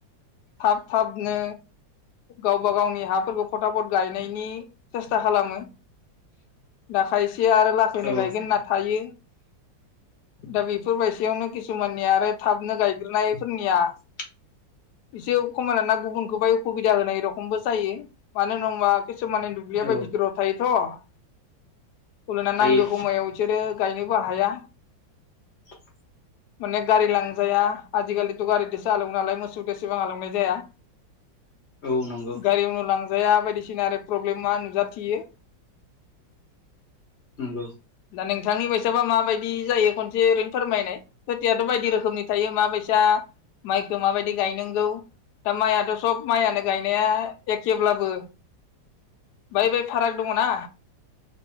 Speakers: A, on the left; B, on the left.
A: थाब- थाबनो गावबा गावनि हाफोरखौ फथाफट गायनायनि सेस्था खालामो। दा खायसे आरो लासैनो
B: औ
A: गायगोन होन्ना थायो। दा बेफोरबायदियावनो किसुमाननिया आरो थाबनो गायग्रोनायफोरनिया
B: <inaudible>
A: एसे खमाय ना गुबुनखौ ब उसुबिदा होनाय ए रखमबो जायो मानो होनबा किसुमान
B: औ
A: बिथोराव थायोथ'ांगौ
B: थायो
A: <unintelligible> समायाव बिसोरो गायनोबो हाया
B: <inaudible>
A: अनेक गारि लांजाया आजिखालिथ' गारिजोसो हालौवो नालाय मोसौजो एसेबां हालौनाय जाया।
B: औ नंगौ
A: गारियावनो लांजाया बायदिसिना आरो प्रब्लेमा नुजाथियो।
B: नंगौ।
A: दा नोंथांनि बायसाबा माबायदि जायो खनसे ओरैनो फोरमायनाय खोथियाथ' बायदि रोखोमनि थायोसा बायसाखौ माबायदि गायनांगौ। दा माइयाथ' सब माइयनो गायनाया एखेब्लाबो बाहाय बे फाराग दङ ना?